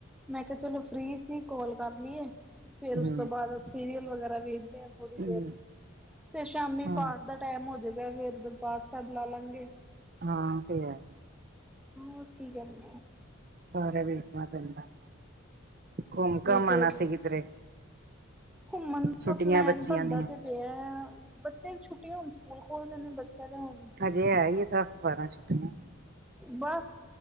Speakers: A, in the centre; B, on the right (about 45°).
A: ਮੈਂ ਕਿਹਾ ਚਲੋ ਫ੍ਰਰੀ ਸੀ ਕੋਲ ਕਰ ਲਈਏ। ਫੇਰ
B: ਹੂੰ
A: ਉਸ ਤੋਂ ਬਾਅਦ ਸੀਰੀਅਲ ਵਗੈਰਾ ਵੀ ਥੋੜ੍ਹੀ ਦੇਰ
B: ਹੂੰ
A: ਫੇਰ ਸ਼ਾਮੀ
B: ਹਾਂ
A: ਪਾਠ ਦਾ ਟੈਮ ਹੋਜਗਾ। ਫਿਰ ਦਰਬਾਰ ਸਾਹਿਬ ਲਾ ਲਾਂਗੇ।
B: ਹਾਂ ਤੇ।
A: ਹ ਕੀ ਕਰ <inaudible>
B: ਸਾਰਾ ਵੇਖਣਾ ਪੈਂਦਾ ਘੁੰਮ, ਘੁੰਮ
A: ਫੇਰ
B: ਆਨਾ ਸੀ ਕਿਧਰੇ।
A: ਘੁੰਮਣ
B: ਛੁੱਟੀਆਂ
A: ਦਾ ਪਲੈਨ
B: ਬੱਚਿਆਂ
A: ਬੰਣਦਾ
B: ਦੀਆਂ
A: ਤੇ ਪਿਆ ਬੱਚੇ ਛੁੱਟੀਆਂ ਹੁਣ ਸਕੂਲ ਖੋਲ ਜਣੇ ਨੇ। ਬੱਚਿਆਂ ਦੇ ਹੁਣ
B: ਜੇ ਹੈ ਹੀ ਆ ਦਸ ਬਾਰਾਂ ਛੁੱਟੀਆਂ।
A: ਬਸ।